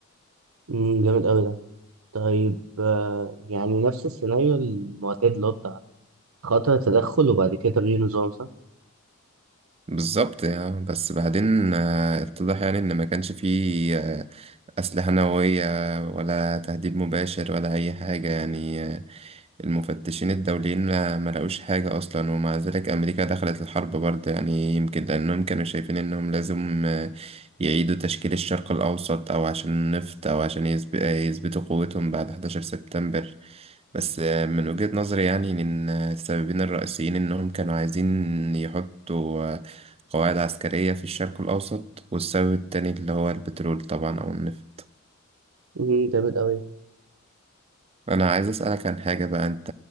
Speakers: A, on the right; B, on the right.
A: امم جامد أوي ده، طيب آه، يعني نفس السيناريو المعتاد اللي هو بتاع خطر تدخل وبعد كده تغيير نظام صح؟
B: بالظبط آه، بس بعدين آه، اتضح يعني إن ما كانش فيه آه، أسلحة نووية ولا تهديد مباشر ولا أي حاجة يعني آه، المفتشين الدوليين ما ما لقوش حاجة أصلا ومع ذلك أمريكا دخلت الحرب برضه يعني يمكن لأنهم كانوا شايفين إنهم لازم آه، يعيدوا تشكيل الشرق الأوسط أو عشان النفط أو عشان يثب- آه، يثبتوا قوتهم بعد 11 سبتمبر بس آه، من وجهة نظري يعني إن آه، السببين الرئيسيين إنهم كانوا عايزين يحطوا آه، قواعد عسكرية في الشرق الأوسط والسبب التاني اللي هو البترول طبعا أو النفط
A: امم جامد أوي،
B: انا عايز اسالك عن حاجه بقى انت